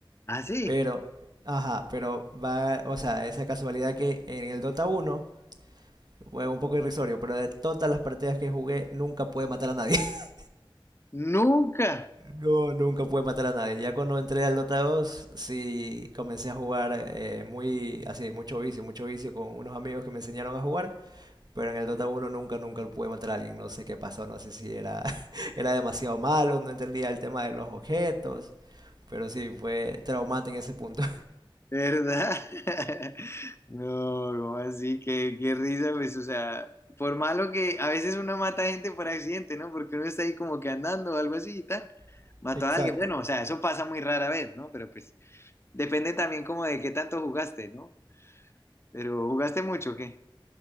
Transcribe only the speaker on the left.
ah sí
nunca.
¿Verdad? <laughs> No, ¿cómo así? Qué, qué risa, pues, o sea, por malo que a veces uno mata gente por accidente, ¿no? Porque uno está ahí como que andando o algo así y tal.
Mató
a alguien. Bueno, o sea, eso pasa muy rara vez, ¿no? Pero pues depende también como de qué tanto jugaste, ¿no? Pero jugaste mucho, o ¿qué?